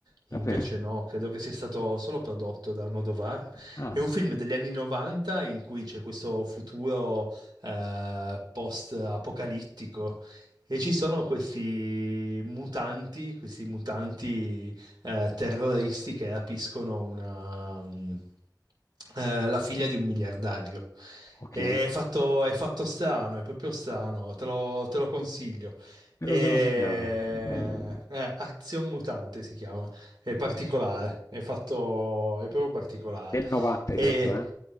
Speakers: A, on the right (about 80°); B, on the left (about 50°).
A: invece
B: Davvero?
A: no, credo che sia stato solo prodotto da Almodovar.
B: Ah,
A: È un film degli anni 90 in cui c'è questo futuro eh, post-apocalittico e ci sono questi mutanti, questi mutanti eh, terroristi che rapiscono una, mm, eh, la figlia di un miliardario.
B: ok.
A: E È fatto, è fatto strano, è proprio strano, te lo, te lo consiglio.
B: Me
A: E...
B: lo sono segnato.
A: eh, Azion Mutante si chiama, è particolare, è fatto, è proprio particolare.
B: Del 90
A: E
B: hai detto, eh?